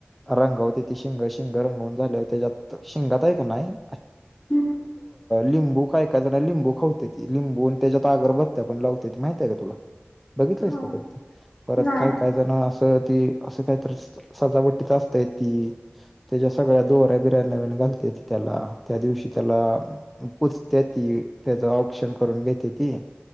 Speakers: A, in the centre; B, on the left (about 30°).
A: रंगवते ती शिंग शिंग रंगवून झाले हो त्याच्यात शिंगात का हाय का नाही
B: हम्म
A: लिंबू तेन काय काय लिंबू खावते ती लिंबून त्याच्यात आगर भत्त्या पण लावते माहितय का तुला, बघितलंयस
B: होय
A: का फ परत
B: नाही
A: काय काय जण अस, अस काहीत सजावटी असतय ती त्याच्या सगळ्या दोऱ्या बिर्य नवीन. बगते त त्याला त्या दिवशी त्याला पुजते ती त्याच ऑप्शन करून घेते ती,